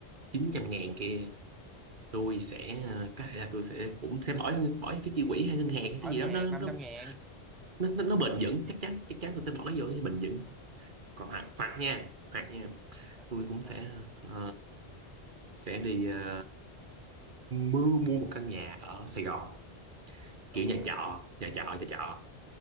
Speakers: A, on the right; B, in the centre.
A: 900 ngàn kia tôi sẽ ờ, có thể là tôi sẽ cũng sẽ bỏ bỏ cái chi quỹ hay ngân hàng hay
B: hỏi
A: cái gì
B: ngân
A: đó
B: hàng
A: nó
B: năm
A: nó
B: trăm ngàn
A: nó, nó nó bền
B: ừ
A: vững chắc chắn chắc chắn tôi sẽ bỏ cái vô cái bền vững còn hoặc hoặc nha hoặc nha
B: à,
A: tôi cũng sẽ
B: à,
A: ờ, sẽ đi ờ, mua mua một căn nhà ở Sài Gòn
B: đúng
A: kiểu nhà
B: rồi
A: trọ nhà trọ nhà trọ